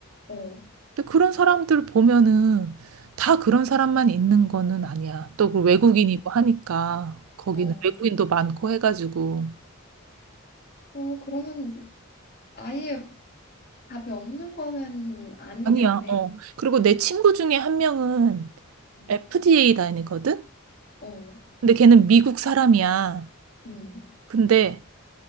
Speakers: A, on the left; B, on the right.
A: 어,
B: 근데 그런 사람들 보면은 다 그런 사람만 있는 거는 아니야. 또그 외국인이고 하니까 거기는
A: 어,
B: 외국인도 많고 해가지고
A: 어, 그러면 아예 답이 없는 거는 아니겠네.
B: 아니야. 어. 그리고 내 친구 중에 한 명은
A: 음,
B: FDA 다니거든.
A: 어,
B: 근데 걔는 미국 사람이야.
A: 음.
B: 근데